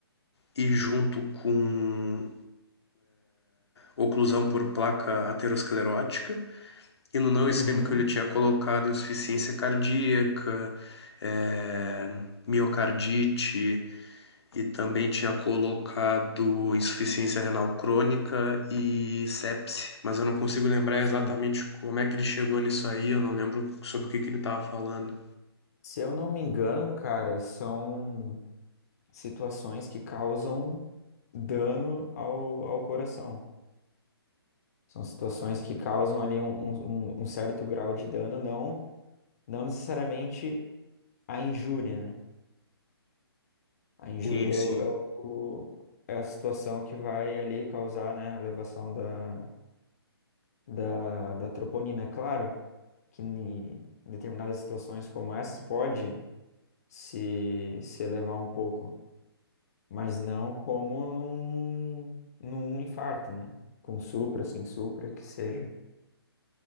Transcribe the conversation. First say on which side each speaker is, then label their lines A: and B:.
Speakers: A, on the left; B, on the left.
A: e junto com oclusão por placa aterosclerótica. E no não isquêmico
B: Uhum.
A: ele tinha colocado insuficiência cardíaca, eh, miocardite, E também tinha colocado insuficiência renal crônica e sepse, mas eu não consigo lembrar
B: Sim.
A: exatamente como é que ele chegou nisso aí, eu não lembro sobre o que que ele estava falando.
B: Se eu não me engano, cara, são situações que causam dano ao, ao coração. São situações que causam ali um, um- um- um certo grau de dano, não, não necessariamente a injúria, né? A injúria
A: Sim, sim.
B: é, o- é o- é a situação que vai ali causar, né, a elevação da, da, da troponina. É Claro que em determinadas situações como essas pode se, se elevar um pouco, mas não como num, num infarto, né? Com supra, sem supra, que seja.